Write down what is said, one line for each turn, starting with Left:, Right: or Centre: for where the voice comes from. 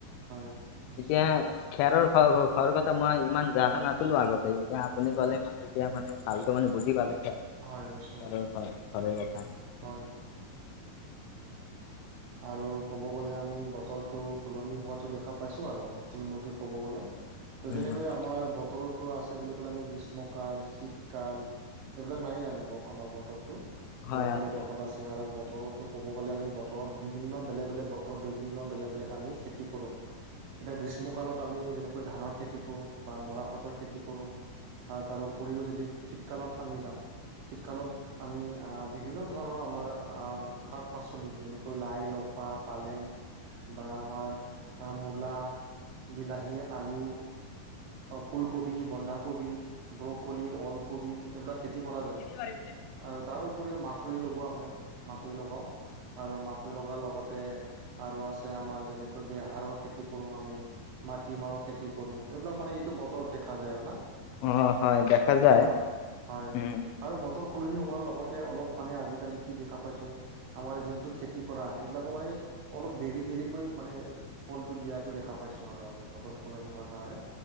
Right: হয় নিশ্চয়
Left: এতিয়া খেৰৰ ঘৰৰ কথা মই ইমান জানা নাছিলো আগতে, এতিয়া আপুনি ক'লে মানে এতিয়া মানে, ভালকে মানে বুজি পালো হয়।
Right: হয়। নিশ্চয়
Left: খেৰৰ ঘৰ, ঘৰে কথা
Right: হয়। আৰু ক'ব গ'লে আমি, বতৰটো সলনি হোৱাতো দেখা পাইছো আৰু। তোৰ-মোৰ কৰে ক'ব গ'লে ত,
Left: উম
Right: যেনেকৈ
Left: হয়
Right: আমাৰ বতৰ আছে বুলি ক'লে, আমি গ্ৰীষ্মকাল, শীতকাল এইবিলাক নাই জানো আমাৰ বতৰটো।
Left: হয়
Right: বেলেগ, বেলেগ বতৰ
Left: হয়।
Right: আছে আৰু বতৰতো ক'ব গ'লে, আমি বতৰ ঘৰত বিভিন্ন বেলেগ-বেলেগ বতৰত বিভিন্ন বেলেগ, বেলেগ আমি খেতি কৰোঁ। এতিয়া গ্ৰীষ্মকালত আমি যেনেকৈ ধানৰ খেতি কৰোঁ বা মৰাপাতৰ খেতি কৰোঁ। আৰু তাৰ উপৰিও, যদি শীতকালত আমি যাওঁ। শীতকালত, আমি বিভিন্ন ধৰণৰ আমাৰ শাক-পাচলি যেনেকৈ লাই-লফা পালেং বা আমাৰ মূলা বিলাহী আলু, ফুলকবি, বন্ধাকবি। ব্ৰকলি, ওলকবি এইবিলাক খেতি কৰা যায়।
Left: পাৰিবিনে?
Right: আৰু তাৰ উপৰিও মাকৈ লগোৱা হয়, মাকৈ লগাও আৰু মাক মাকৈ লগাৰ লগতে আৰু আছে আমাৰ যেনেকৈ বেহাৰৰ খেতি কৰো আমি, মাটিমাহৰ খেতি - কৰো, এইবিলাক মানে এইটো বতৰত দেখা যায় আৰু না।
Left: অ হয় দেখা যায়,
Right: হয় হয়
Left: উম।
Right: আৰু বতৰ সলনি হোৱাৰ লগতে অলপ মানে আজিকালি কি দেখা পাইছো আমাৰ যোনটো খেতি - কৰা, এইবিলাকো মানে অলপ দেৰি দেৰিকৈ মানে ফলটো দিয়াটো দেখা পাইছো আৰু আমি। বতৰ সলনি হোৱাৰ কাৰণে